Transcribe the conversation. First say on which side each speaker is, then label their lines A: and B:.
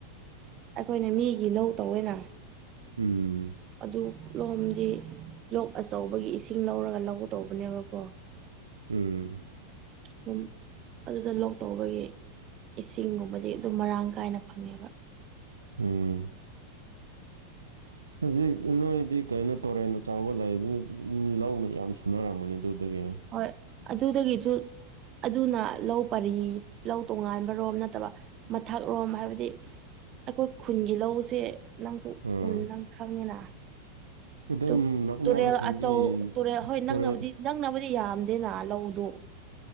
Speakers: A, on the right; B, on the right.
A: ꯑꯩꯈꯣꯏꯅ ꯃꯤꯒꯤ ꯂꯧ ꯇꯧꯋꯦꯅ
B: ꯎꯝ
A: ꯑꯗꯨ ꯂꯣꯝꯗꯤ ꯂꯣꯛ ꯑꯆꯧꯕꯒꯤ ꯏꯁꯤꯡ ꯂꯧꯔꯒ ꯂꯧ ꯇꯧꯕꯅꯦꯕꯀꯣ
B: ꯎꯝ
A: ꯗꯨꯝ ꯑꯗꯨꯗ ꯂꯣꯛ ꯇꯧꯕꯒꯤ ꯏꯁꯤꯡꯒꯨꯝꯕꯗꯤ ꯑꯗꯨꯝ ꯃꯔꯥꯡ ꯀꯥꯏꯅ ꯐꯪꯉꯦꯕ
B: ꯎꯝ ꯍꯧꯖꯤꯛ ꯏ ꯅꯣꯏꯗꯤ ꯀꯩꯅꯣ ꯇꯣꯔꯦꯟ ꯑꯆꯥꯎꯕ ꯂꯩ ꯗꯨꯅ ꯂꯧ ꯃꯌꯥꯝ ꯁꯨꯅꯔꯝꯒꯅꯤ ꯑꯗꯨꯗꯒꯤ
A: ꯍꯣꯏ ꯑꯗꯨꯗꯒꯤꯁꯨ ꯑꯗꯨꯅ ꯂꯧ ꯄꯔꯤ ꯂꯧ ꯇꯣꯉꯥꯟꯕꯔꯣꯝ ꯅꯠꯇꯕ ꯃꯊꯛꯔꯣꯝ ꯍꯥꯏꯕꯗꯤ ꯑꯩꯈꯣꯏ ꯈꯨꯟꯒꯤ ꯂꯧꯁꯦ ꯅꯪꯁꯨ
B: ꯎꯝ
A: ꯃꯨꯟꯅ ꯈꯪꯉꯦꯅ
B: ꯑꯗꯨꯝ
A: ꯇꯨ
B: ꯅꯛꯅꯕꯁꯤꯡꯗꯤ
A: ꯇꯨꯔꯦꯜ ꯑꯆꯧ ꯇꯨꯔꯦꯜ ꯍꯣꯏ
B: ꯇꯨꯔꯦꯟ
A: ꯅꯪꯅꯕꯨꯗꯤ ꯅꯪꯅꯕꯨꯗꯤ ꯌꯥꯝꯗꯦꯅ ꯂꯧꯗꯨ